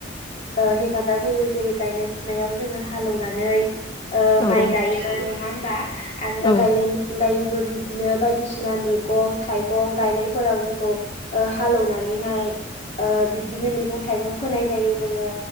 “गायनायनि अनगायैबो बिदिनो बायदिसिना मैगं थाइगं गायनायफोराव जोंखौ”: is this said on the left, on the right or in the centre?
Left